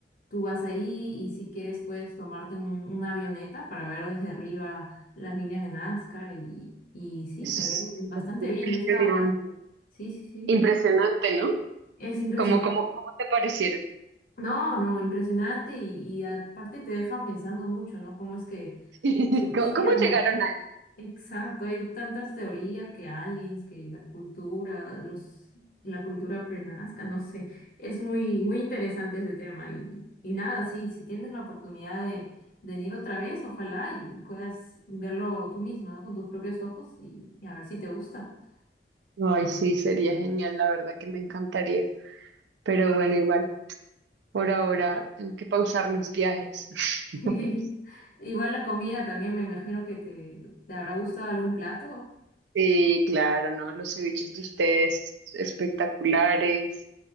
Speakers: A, on the left (about 50°); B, on the right (about 80°).
A: tú vas ahí y si quieres puedes tomarte un- una avioneta para ver desde arriba las líneas de Nazca y, y sí,
B: Eso
A: se
B: es,
A: ven
B: eso
A: bastante
B: es impresionante.
A: bien. Yo he estado ahí. Sí, sí, sí.
B: Impresionante, ¿no?
A: Es impresionante.
B: ¿Cómo, cómo, cómo te parecieron?
A: No, no, impresionante y, y aparte te dejan pensando mucho, ¿no? ¿Cómo es que
B: <laughs>
A: surgieron
B: ¿Cómo, cómo llegaron ahí?
A: Exacto, hay tantas teorías que aliens, que la cultura, los, la cultura prenazca, no sé. Es muy, muy interesante ese tema y, y nada, sí, si tienes la oportunidad de, de venir otra vez, ojalá y puedas verlo tú misma, ¿no? Con tus propios ojos y, y a ver si te gusta. <laughs>
B: Ay, sí, sería genial, la verdad que me encantaría. Pero bueno, igual, por ahora tengo que pausar mis viajes. <laughs>
A: Sí. Igual la comida también, me imagino que te, te habrá gustado algún plato.
B: Sí, claro, ¿no? Los ceviches de ustedes espectaculares.